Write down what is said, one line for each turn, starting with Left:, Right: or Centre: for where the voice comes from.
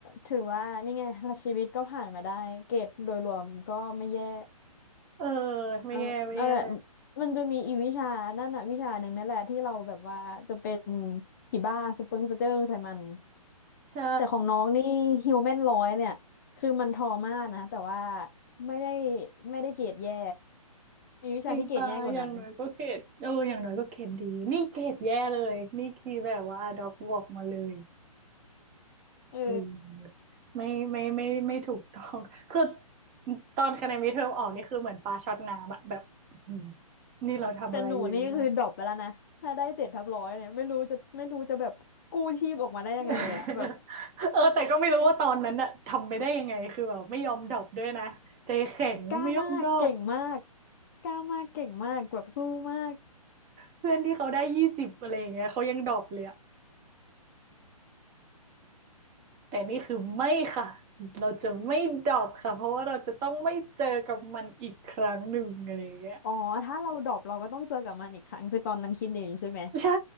Left: ถือว่านี่ไงชีวิตก็ผ่านมาได้เกรดโดยรวมก็ไม่แย่
Right: ๆ <laughs> เออไม่แย่ไม่แย่
Left: เอานั่นแหละมันจะมีอีวิชานั่นน่ะวิชาหนึ่งนั่นแหละที่เราแบบว่าจะเป็นผีบ้าสเปิงสะเจิงใส่มัน
Right: ใช่
Left: แต่ของน้องนี่ฮิวแมนร้อยเนี่ยคือมันทรมานะแต่ว่าไม่ได้ไม่ได้เกรดแย่ มีวิชาที่เกรดแย่กว่านั้น
Right: จริงปะอย่างน้อยก็เกรดเอออย่างน้อยก็เกรดดีนี่เกรดแย่เลยนี่คือแบบว่าด็อกบอกมาเลย
Left: เออ
Right: เออไม่ไม่ไม่ไม่ไม่ถูกต้อง <laughs> คือตอนคะแนนมิดเทอมออกนี่คือเหมือนปลาช็อตน้ำอะแบบอื้อหือนี่เราทำอะไรอยู่วะ
Left: แต่หนูนี่คือดรอปไปแล้วนะถ้าได้เจ็ดทับร้อยเนี่ยไม่รู้จะไม่รู้จะแบบกู้ชีพออกมาได้ยังไงเลยอะแบบ
Right: <laughs> เออแต่ก็ไม่รู้ว่าตอนนั้นอะทำไปได้ยังไงคือแบบไม่ยอมดรอปด้วยนะใจแข็งไม่ยอมดรอป
Left: กล้ามากเก่งมากกล้ามากเก่งมากแบบสู้มาก
Right: เพื่อนที่เขาได้ยี่สิบอะไรอย่างเงี้ยเขายังดรอปเลยอะแต่นี่คือไม่ค่ะเราจะไม่ดรอปค่ะเพราะว่าเราจะต้องไม่เจอกับมันอีกครั้งหนึ่งอะไรอย่างเงี้ย
Left: อ๋อถ้าเราดรอปเราก็ต้องเจอกับมันอีกครั้งคือตอนนั้นคิดอย่างนี้ใช่ไหม
Right: ใช่